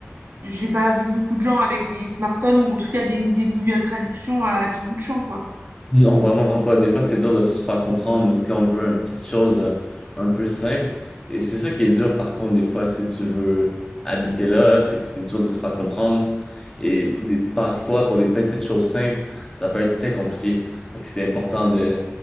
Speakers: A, on the right; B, on the left.
A: j'ai pas vu beaucoup de gens avec des smartphones ou en tout cas des, des Google Traductions à tout bout de champ, quoi.
B: Non, vraiment pas. Des fois, c'est dur de se faire comprendre ou si on veut une petite chose euh, un peu simple. Et c'est ça qui est dur, par contre, des fois, si tu veux habiter là, c'est que c'est dur de se faire comprendre. Et pour des- parfois, pour des petites choses simples, ça peut être très compliqué. Fait que c'est important de